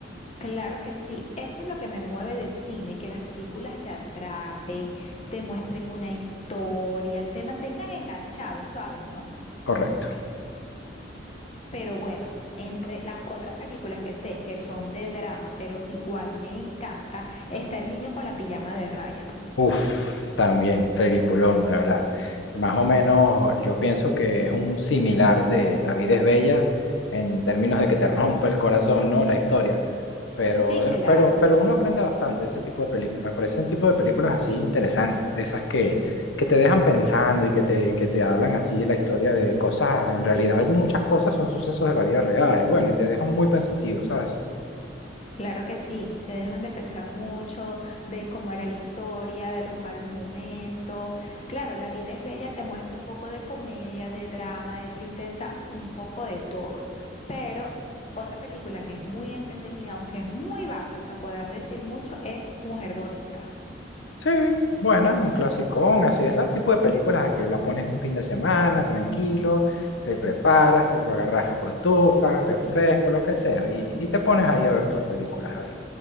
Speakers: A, on the left; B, on the left.
A: Claro que sí, eso es lo que me mueve del cine, que las películas te atrapen, te muestren una historia, te mantengan enganchado, ¿sabes, no?
B: Correcto.
A: Pero bueno, entre las otras películas que sé que son de drama, pero igual me encanta, está El niño con la pijama de rayas.
B: Uf, también, peliculón, de verdad. Más o menos, yo pienso que es un similar de La vida es bella en términos de que te <laughs> rompe el corazón, ¿no? La historia. Pero,
A: Sí,
B: eh,
A: claro.
B: pero, pero uno aprende bastante de ese tipo de películas. Me parecen tipo de películas así interesantes, de esas que, que te dejan pensando y que te, que te hablan así de la historia de cosas. En realidad, algún- muchas cosas son sucesos de la vida real y bueno, y te dejan muy pensativo, ¿sabes?
A: Claro que sí, te dejan de pensar mucho de cómo era la historia, de los malos momentos. Claro, La vida es bella te muestra un poco de comedia, de drama, de tristeza, un poco de todo. Pero otra película que es muy entretenida, aunque es muy básica, podrán decir mucho, es Mujer Bonita.
B: Sí, buena, un clasicón, así, ese tipo de películas a que la pones un fin de semana, tranquilo, te preparas, luego agarras cotufa, refresco, lo que sea, y, y te pones ahí a ver tus películas ahí.